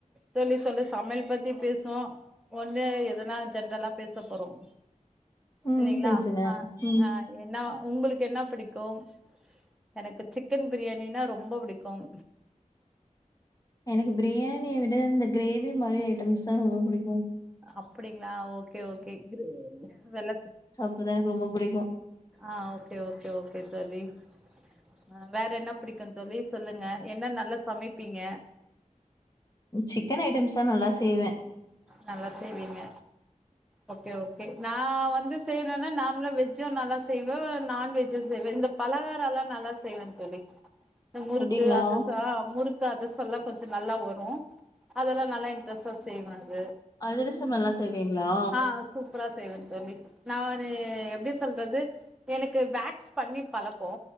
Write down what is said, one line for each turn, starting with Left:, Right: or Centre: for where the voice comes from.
Centre: தோழி சொல்லு சமையல் பத்தி பேசுவோ ஒண்ணு எதனா ஜென்ரலா பேச போறோம்
Left: ம்
Centre: இல்லைங்களா
Left: பேசுங்க
Centre: ஆ
Left: ம்
Centre: ஆ என்ன உங்களுக்கு என்ன பிடிக்கும் எனக்கு சிக்கன் பிரியாணினா ரொம்ப புடிக்கும்
Left: எனக்கு பிரியாணிய விட இந்த க்ரேவி மாரி ஐட்டம்ஸ் தா ரொம்ப புடிக்கும்
Centre: அப்டிங்களா ஓகே ஓகே வெலக்கு
Left: தா எனக்கு ரொம்ப புடிக்கும்
Centre: ஆ ஓகே ஓகே ஓகே தோழி அ வேற என்ன புடிக்கு தோழி சொல்லுங்க என்ன நல்லா சமைப்பீங்க
Left: சிக்கன் ஐட்டம்ஸ்லா நல்லா செய்வே
Centre: நல்லா செய்வீங்க ஓகே ஓகே நா வந்து செய்யணுன்னா நாங்களு வெஜ்ஜு நல்லா செய்வோ நான்வெஜ்ஜு செய்வே இந்தப் பலகாரொல்லா நல்லா செய்வே தோழி இந்த முறுக்கு
Left: அப்டிங்களா
Centre: அதுரசோ முறுக் த்தா அத சொல்ல கொஞ்ச நல்லா வரு அதெல்லாம் நல்லா இன்ட்ரெஸ்டா செய்யவே அது
Left: அதிரசம்நல்லா செய்வீங்ளா
Centre: ஆ சூப்பரா செய்வங்க தோழி நா ஒரு எப்டி சொல்றது எனக்கு வேக்ஸ் பண்ணி பழக்கோ